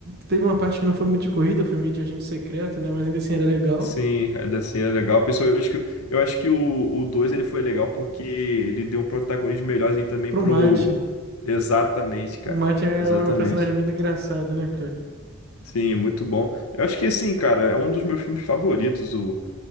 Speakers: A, on the right; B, on the left.
A: teve uma parte que não foi muito de corrida, foi meio de agente secreto, né? Mas ainda assim era legal.
B: Sim, é da cena é legal. Pessoal, eu acho que, eu acho que o, o 2 ele foi legal porque ele deu um protagonismo melhorzinho também
A: Pro
B: pro.
A: Mate.
B: Exatamente, cara.
A: O Mate é
B: Exatamente.
A: um é um personagem muito engraçado, né, cara?
B: Sim, é muito bom. Eu acho que assim, cara, é um dos meus filmes favoritos. O,